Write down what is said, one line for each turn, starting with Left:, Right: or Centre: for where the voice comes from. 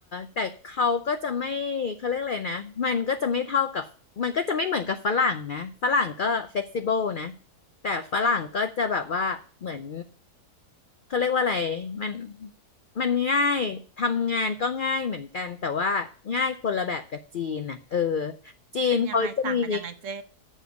Left: แต่เขาก็จะไม่เขาเรียกอะไรนะมันก็จะไม่เท่ากับมันก็จะไม่เหมือนกับฝรั่งนะฝรั่งก็เฟ e ซิเบิลนะแต่ฝรั่งก็จะแบบว่าเหมือนเขาเรียกว่าอะไรมันมันง่ายทำงานก็ง่ายเหมือนกันแต่ว่าง่ายคนละแบบกับจีนอ่ะเออจีนเขาจะมี
Right: เป็นยังไงต่างกันยังไงเจ๊